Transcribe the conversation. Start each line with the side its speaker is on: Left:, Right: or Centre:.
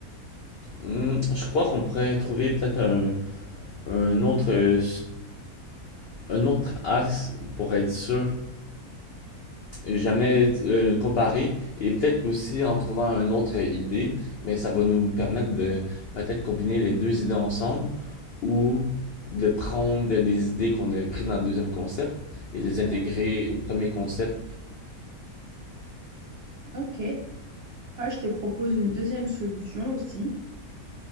Left: Hum, je crois qu'on pourrait trouver peut-être un, un autre euh, Un autre axe pour être sûr, jamais euh, comparer et peut-être qu'aussi en trouvant une autre idée, mais ça va nous permettre de peut-être combiner les deux idées ensemble ou de prendre des idées qu'on a prises dans le deuxième concept et les
Right: Ouais,
Left: intégrer au premier concept.
Right: ok. Ah, je te propose une deuxième solution aussi,